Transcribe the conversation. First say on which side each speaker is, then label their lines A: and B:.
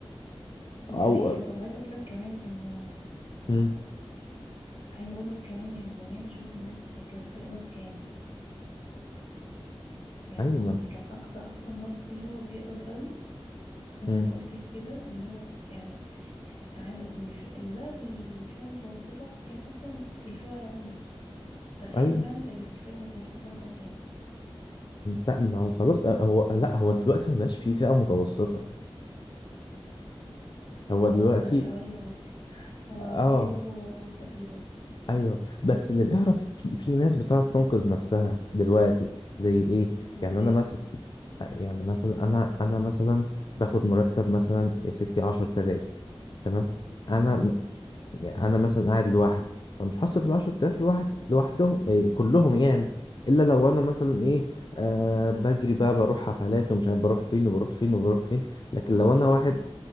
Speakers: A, on the left; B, on the left.
A: دي
B: أو
A: حقيقه طب عايزه اقول لك كمان انه
B: مم.
A: عايزه اقول لك كمان يعني زمان شوف الناس كانت بتقبض كام يعني
B: أيوة ما-
A: كان اقصى اقصى موظف اللي هو بيقبض قوي زي ما
B: مم.
A: انت قلت كده اللي هو يعني انا عايز أقول- اللي, في اللي بقى بالفئة المتوسطة كان اصلا في الفئة العليا تخيل
B: أيوه
A: بقى انت اللي في الفئة المتوسطة راحوا فين
B: لا ما هو خلاص آه، هو لا هو دلوقتي ما بقاش في فئة متوسطة
A: صح
B: هو
A: خلاص
B: دلوقتي
A: بقت عليا ووسط وعليا
B: اه
A: و- وفقيرة
B: ايوه بس اللي بيعرف في في ناس بتعرف تنقذ نفسها دلوقتي زي ايه
A: ازاي
B: يعني انا مثلا يعني مثلا انا انا مثلا باخد مرتب مثلا يا ستي 10000 تمام
A: اه
B: انا يعني انا مثلا قاعد لوحدي فمش هصرف ال 10000 لوحد لوحدهم إيه كلهم يعني الا لو انا مثلا ايه آه بجري بقى بروح حفلات ومش عارف بروح فين وبروح فين وبروح فين لكن لو انا واحد